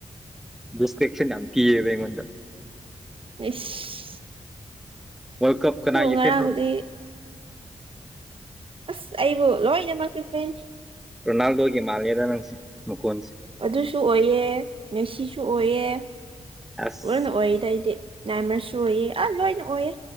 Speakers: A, in the centre; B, on the right (about 45°).
A: ꯗꯤꯁꯇ꯭ꯔ꯭ꯦꯛꯁꯟ ꯌꯥꯝ ꯄꯤꯌꯦꯕ ꯑꯩꯉꯣꯟꯗ
B: ꯑꯩꯁ
A: ꯋꯥꯔꯜ ꯀꯞ ꯀꯅꯥꯒꯤ
B: ꯉꯔꯥꯡꯗꯤ
A: ꯐꯦꯟꯔꯣ
B: ꯑꯁ ꯑꯩꯕꯨ ꯂꯣꯏꯅꯃꯛꯀꯤ ꯐꯦꯟꯅꯤ
A: ꯔꯣꯅꯥꯜꯗꯣꯒꯤ ꯃꯥꯜꯂꯦꯗ ꯅꯪꯁꯤ ꯃꯈꯣꯟꯁꯤ
B: ꯑꯗꯨꯁꯨ ꯑꯣꯏꯌꯦ ꯃꯦꯁꯤꯁꯨ ꯑꯣꯏꯌꯦ
A: ꯑꯁ
B: ꯂꯣꯏꯅ ꯑꯣꯏꯌꯦꯗ ꯑꯩꯗꯤ ꯅꯥꯏꯃ꯭ꯔꯁꯨ ꯑꯣꯏꯌꯦ ꯑ ꯂꯣꯏꯅ ꯑꯣꯏꯌꯦ